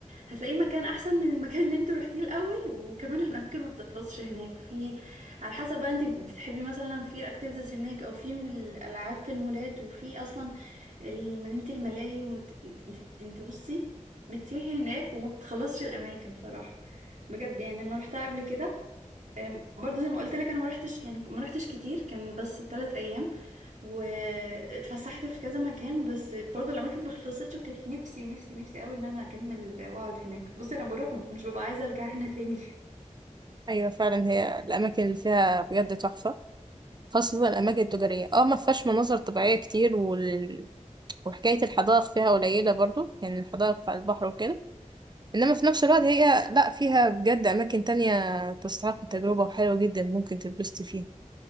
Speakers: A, on the right; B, on the right.
A: هتلاقي مكان احسن من المكان اللي انت روحتيه الاول وكمان الاماكن ما بتخلصش هناك في على حسب بقى انت بتحبي مثلا في اكتيفيتيز هناك او في الالعاب في المولات وفي اصلا ال- مدينه الملاهي وانت انت, انت انت بصي بتسيحي هناك وما بتخلصش الاماكن بصراحه بجد يعني انا روحتها قبل كده أم، برضه زي ما قلت لك انا ما رحتش يعني ما رحتش كتير كان بس ثلاث ايام واتفسحت في كذا مكان بس برضه الاماكن ما خلصتش وكانت نفسي نفسي نفسي قوي ان انا اكمل واقعد هناك بصي انا بروح مش ببقى عايزه ارجع هنا تاني <laughs>
B: ايوه فعلا هي الاماكن اللي فيها بجد تحفه خاصه الاماكن التجاريه اه ما فيهاش مناظر طبيعيه كتير وال... وحكايه الحدائق فيها قليله برضو يعني الحدائق على البحر وكده انما في نفس الوقت هي لا فيها بجد اماكن تانية تستحق التجربه وحلوه جدا ممكن تتبسط فيها